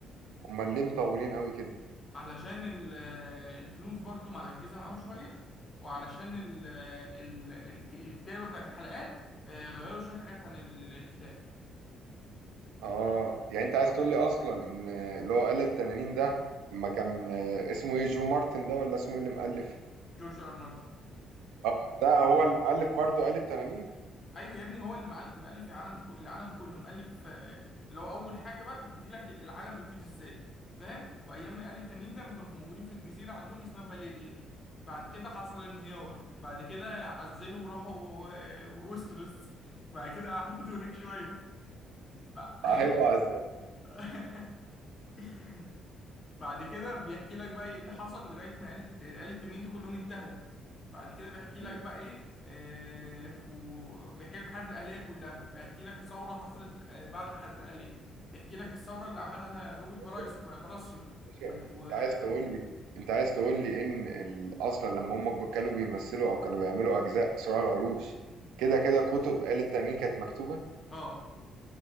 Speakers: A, on the right; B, on the left.
A: امال ليه مطولين قوي كده
B: علشان ال- آه، الفلوس برضو معجزه معاهم شويه وعلشان ال... آه، ال... الك- الكتابه بتاعت الحلقات آه، غيروا شويه حاجات عن الكتاب
A: اه يعني انت عايز تقول لي اصلا ان اللي هو آلة التنانين ده ما كان اسمه ايه جو مارتن ده ولا اسمه ايه اللي مؤلف
B: جورج ار مارتن
A: اه ده هو المؤلف برضه آلة التنانين
B: ايوه يا ابني هو اللي معل- مؤلف العالم كو- العالم كله مؤلف آه، اللي هو اول حاجه بقى بيدي لك العالم بيبتدي ازاي فاهم وايام ما قال التانيين ده ما كانوا موجودين في الجزيره عندهم اسمها فاليريا دي بعد كده حصل انهيار بعد كده عزلوا وراحوا آه، ويستروس بعد كده قعدوا هناك شويه بع-
A: اه حلو عزيز
B: <laughs> <laughs> بعد كده بيحكي لك بقى ايه اللي حصل لغاية ما آلة آلة التنين دي كلهم انتهوا بعد كده بيحكي
A: مم.
B: لك بقى ايه آه فو- بيحكي لك الحرب الأهلية كلها بيحكي لك ثورة حصلت آه بعد الحرب الأهلية بيحكي لك الثورة اللي عملها روبرت
A: باشا
B: برايس براسيون
A: باشا
B: و...
A: انت
B: و...
A: عايز تقول لي انت عايز تقول لي ان ال... اصلا لما هم جو- كانوا بيمثلوا او كانوا بيعملوا اجزاء صراع العروش كده كده كتب آلة التنانين كانت مكتوبة
B: اه